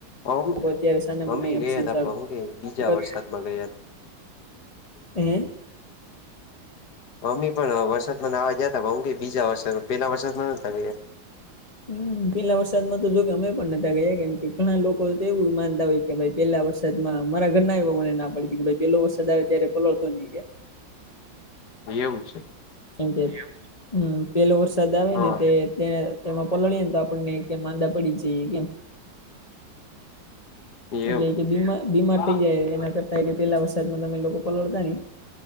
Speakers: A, on the left; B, on the left.
A: આમ
B: અત્યારે સાનાનાાર
A: મમ્મી ગયા હતા પણ હું કે બીજા વરસાદમાં ગયા
B: હમ
A: મમ્મી પણ વરસાદમાં ન આવવા ગયા હતા હ હું ક બીજા વરસામાં પેલા વરસાદમાં નતા ગ
B: હમ પેલા વરસાદ માં તો જો કે અમે પણહતા ગયા કેમ કે ઘણા લોકો તો એવું માનતા હોય કે ભાઈ પેલારસાદ માં મારા ઘરના એ મને ના પડતી કે પેલો વરદ આવે્યો ત્યારે પલળતો નઈ ગયા
A: એવું છે
B: કેમ કે હમ પેલો વરસાદ આવે
A: હા
B: ને તે તેને તેમાં પલા લઈએને તો આપણને કેમ માંંદા પડી જઈ કેમ
A: એવું
B: એટલે કે બીમા બીમાર
A: હા
B: થઇ જાય એના કરતા કે પેલા વરસાદમાં તમે લોકો પલળતા ની